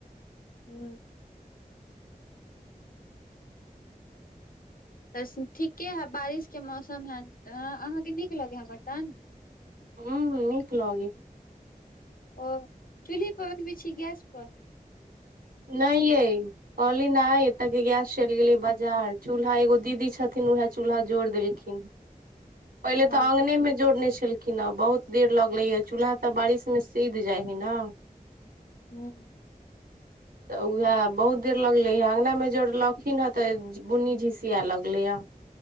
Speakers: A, on the left (about 70°); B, on the right (about 80°).
A: हु <unintelligible> तऽ ठीके हइ बारिशके मौसम है अहाँके नीक लगै ह मटन
B: हूंम्म हूंम्म नीक लगै
A: ओ चुलही पन बे छी गैस पर
B: नई ये कहली नाय एतऽ के गैस चलि गेलै बाजार चूल्हा एगो दीदी छथिन उहाय चूल्हा जोड़ देलखिन ह पहिले
A: ओ
B: तऽ आंगने में जोड़ने छलखिन कि न बहुत देर लगले हे चूल्हा तऽ बारिश मे सिध जाय है नऽ
A: हूँ
B: तऽ उएह बहुत देर लगलै अंगना मे जोड़लखिन हे तऽ बुन्नी झिसिया लगलैय